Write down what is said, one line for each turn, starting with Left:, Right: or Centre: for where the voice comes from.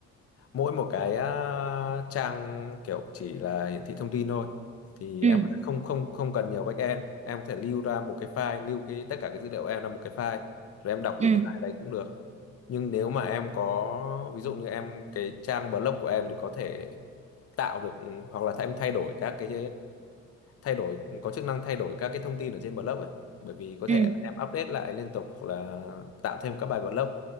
Left: mỗi một cái à, trang kiểu chỉ là hiển thị thông tin thôi thì
Right: ừ,
Left: em có thể không không không cần nhiều backend em có thể lưu ra một cái file lưu cái tất cả cái dữ liệu em là một cái file rồi em đọc
Right: ừ,
Left: từ cái file đấy cũng được nhưng nếu mà em có ví dụ như em cái trang blog của em thì có thể tạo được hoặc là em thay đổi các cái thay đổi có chức năng thay đổi các cái thông tin ở trên blog ấy bởi vì có
Right: ừ,
Left: thể em update lại liên tục hoặc là tạo thêm các bài blog